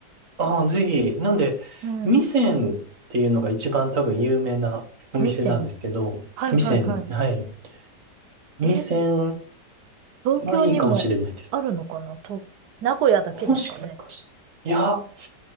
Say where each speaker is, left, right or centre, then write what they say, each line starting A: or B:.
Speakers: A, on the right; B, on the right.
A: ああ、ぜひ、なんで、
B: うん。
A: 味仙っていうのが一番多分有名なお店なんですけど、
B: 味仙。はいはいはい。
A: 味仙、はい。味仙
B: え、東京にもあるのかなと、
A: はいいかもしれないです。
B: 名古屋だけですかね。
A: もしかして。いや、